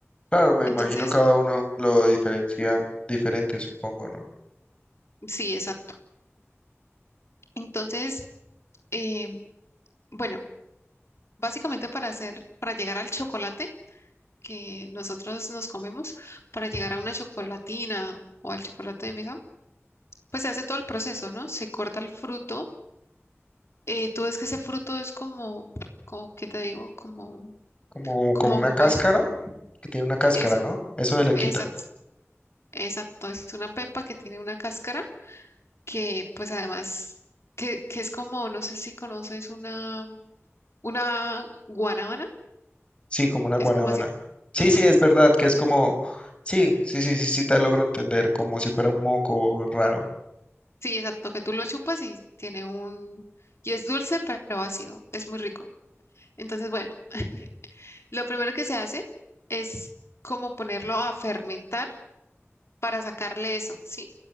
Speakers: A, on the left; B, on the left.
A: Claro, me
B: Entonces,
A: imagino cada uno lo diferencia diferente, supongo, ¿no?
B: sí, exacto. Entonces, eh, bueno, básicamente para hacer, para llegar al chocolate que nosotros nos comemos, para llegar a una chocolatina o al chocolate de mesa, pues se hace todo el proceso, ¿no? Se corta el fruto. eh, tú ves que ese fruto es como, como, ¿qué te digo? Como,
A: Como,
B: como
A: como una
B: jugoso.
A: cáscara, que tiene una cáscara,
B: Eso,
A: ¿no? Eso se le
B: exacto,
A: quita.
B: exacto. Es una pepa que tiene una cáscara que, pues además, que, que es como, no sé si conoces una, una guanábana.
A: Sí, como una
B: Es
A: guanábana.
B: como así.
A: Sí,
B: Ujú.
A: sí, es verdad, que es como, sí, sí, sí, sí, sí, te logro entender, como si fuera un moco raro.
B: Sí, exacto, que tú lo chupas y tiene un... Y es dulce, pero ácido. Es muy rico. Entonces, bueno. <laughs> Lo primero que se hace es como ponerlo a fermentar para sacarle eso, ¿sí?